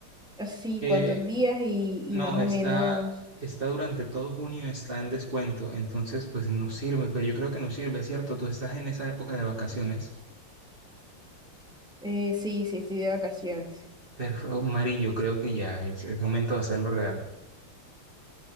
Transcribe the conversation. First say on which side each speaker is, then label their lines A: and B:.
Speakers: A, in the centre; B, on the right.
A: O Sí,
B: Eh,
A: ¿cuántos días? Y, y
B: no,
A: más o
B: está,
A: menos,
B: está durante todo junio, está en descuento, entonces pues nos sirve, pero yo creo que nos sirve, ¿cierto? Tú estás en esa época de vacaciones.
A: eh, sí, sí, estoy de vacaciones.
B: Perfecto, Mari, yo creo que ya es el momento de hacerlo real.